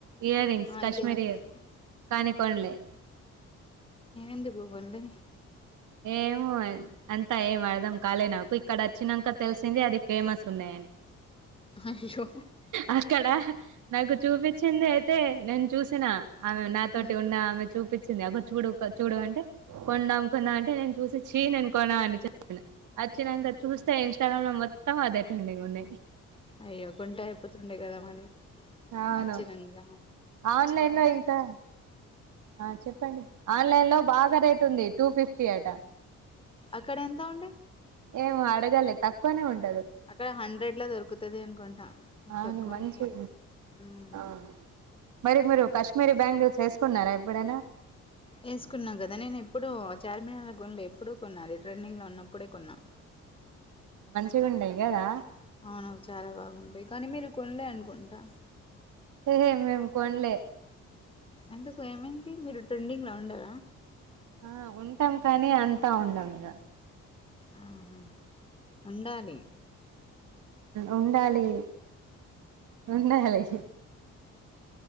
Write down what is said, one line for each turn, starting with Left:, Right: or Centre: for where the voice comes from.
Right: ఇయర్ రింగ్స్
Left: ఆ
Right: కాశ్మీరీ
Left: ఇయర్ రింగ్స్
Right: కాని కొనలే
Left: ఎందుకు కొనలే
Right: ఏమో అంతా ఏం అర్ధం కాలే, నాకు ఇక్కడ వచ్చినం క తెలిసింది. అది ఫేమస్ ఉన్నాయని.
Left: అయ్యో
Right: అక్కడ నాకు చూపించింది అయితే నేను చూసిన ఆమె నాతోటి
Left: హ్మ్.
Right: ఉన్న ఆమె చూపించి అబ కొ చూడు చూడు అంటే కొండ అంకున అంటే చూసి చ్చి నేను కొన అని చెప్పిన వచ్చినాంక చూస్తే, ఇన్స్టాగ్రామ్ లో మొత్తం అదే ట్రెండింగ్ ఉన్నాయి.
Left: అయ్యో కొంట అయిపోతుండే కదా మరి
Right: అవును
Left: నచ్చినంక
Right: ఆన్లైన్ లో అయితా ఆ చెప్పండి ఆన్లైన్ లో బాగా రేటు ఉంది. టూ ఫిఫ్టీ అటా
Left: అక్కడ ఎంత ఉం
Right: ఏమో అడగలే తక్కువనే ఉంటు
Left: అక్కడ హండ్రెడ్ ఇట్లా దొరుకుతది అనుకుంటా
Right: అవును
Left: తక్కువనే
Right: మంచి
Left: మ్మ్
Right: ఆ మరి మీరు కాశ్మీరి బ్యాంగిల్స్ చేసుకున్నారా ఎప్పుడైనా
Left: వేసుకున్నా కదా నేను ఎప్పుడూ చార్మినార్ కొనలే, ఎప్పుడూ కొన్నా అది ట్రెండింగ్ లో ఉన్నప్పుడే కొన్నా.
Right: మంచిగుండయి కదా
Left: అవును చాలా బాగుంటాయి కానీ మీరు కొనలే అనుకుంటా
Right: ఏ మేం కోనలే
Left: ఎందుకు ఏమైంది మీరు ట్రెండింగ్లో ఉండర
Right: ఆ ఉంటాం కానీ అంతా ఉండం ఇగ
Left: ఆహా ఉండాలి
Right: ఉండాలి ఉండాలి